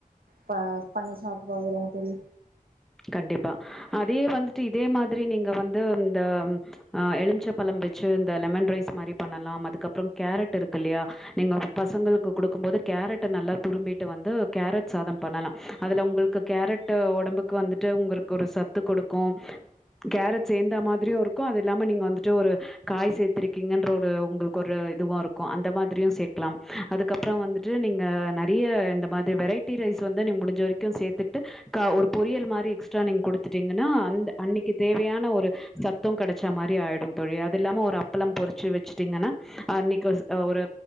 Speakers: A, on the right; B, in the centre.
A: ப பண்ணி சாப்ட்டு இருக்கற தோழி
B: கண்டிப்பா அதே வந்துட்டு இதே மாதிரி நீங்க வந்து இந்த ஆ எலுமிச்ச பழம் வச்சு இந்த லெமன் ரைஸ் மாரி பண்ணலாம் அதுக்கப்பறம் கேரட் இருக்கு இல்லையா நீங்க பசங்களுக்கு குடுக்கும்போது கேரட்ட நல்லா துரும்பிட்டு வந்து கேரட் சாதம் பண்ணலா அதுல உங்களுக்கு கேரட்டு் உடம்புக் க்கு வந்துட்டு உங்களுக்கு ஒரு சத்து குடுக்கும் கேரட் சேந்த மாரியு இருக்கும் அது இல்லாம நீங்க வந்துட்டு ஒரு காய் சேர்த்திருக்கீங்கன்ற ஒரு உங்களுக்கு ஒரு இதுவா இருக்கு அந்த மாதிரியு சேக்கலாம் அதுக்கப் பறம் வந்துட்டு நீங்க நறைய இந்த மாரி வெரைட்டி ரைஸ் வந்து நீ முடிஞ்ச வரைக்கு சேத்துட்டு கா ஒரு பொரியல் மாரி எக்ஸ்ட்ரா நீங்க குடுத்துட்டிங்கனா அந்த அன்னிக்கு தேவையான ஒரு சத்தும் கிடைச்ச மாரி ஆய்டும் தோழி அது இல்லாம ஒரு அப்பளம் பொறிச்சு வச்சுட்டீங்கனா அன்னிக்கு சு ஒரு